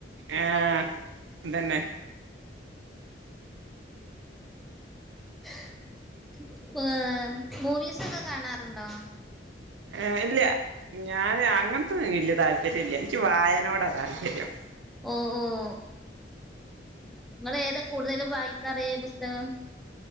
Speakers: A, on the right; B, in the centre.
A: ആഹ് ദന്നെ
B: <unintelligible> മൂവീസൊക്കെ കാണാറ്ണ്ടോ
A: ഏഹ് ഇല്ല്യ ഞാന് അങ്ങൻത്തൊന്നും വെല്യ താല്പര്യല്ല്യ ൻക്ക്യ് വായനോടാ താല്പര്യം
B: ഓഹ് ഓഹ് ഇങ്ങെളേതാ കൂട്തല് വായിക്കാറ് പുസ്തകം